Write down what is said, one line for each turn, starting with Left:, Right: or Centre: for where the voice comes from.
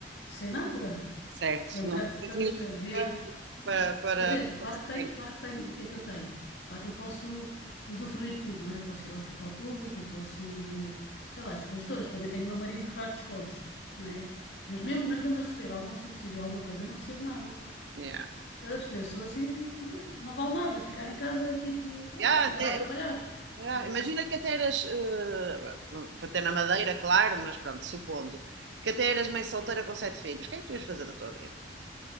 Left: sem nada.
Right: Certo,
Left: É um
Right: não
Left: bocado, estás
Right: tens nenhum
Left: a chover.
Right: sentido
Left: Devia,
Right: para, para...
Left: quer dizer, claro que tenho,
Right: para-
Left: claro que tenho, o que é que eu tenho? Claro que eu posso usufruir de tudo, não é? Eu posso ir ao hospital público, eu posso ir, eh, sei lá, as coisas todas. Também tenho o meu marido que faz descontos, não é? Mas mesmo, mas mesmo a receber algum subsídio, alguma coisa, eu não recebo nada.
Right: Yeah.
Left: Estás a perceber? Sou assim, não, não vale nada. Ficar em casa é tipo, ah,
Right: Yeah, até-
Left: vai trabalhar,
Right: yeah,
Left: não é?
Right: Imagina que até eras, eh, para ter na Madeira, claro, mas pronto, supondo, que até eras mãe solteira com sete filhos, o que é que tu ias fazer da tua vida?